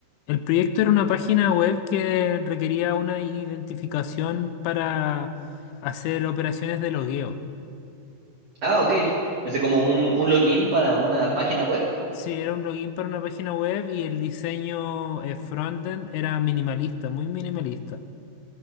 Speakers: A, on the left; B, on the right.
A: El proyecto era una página web que requería una identificación para hacer operaciones de logueo.
B: Ah, ok. Es como un, un login para una página web.
A: Sí, era un login para una página web y el diseño eh, frontend era minimalista, muy minimalista.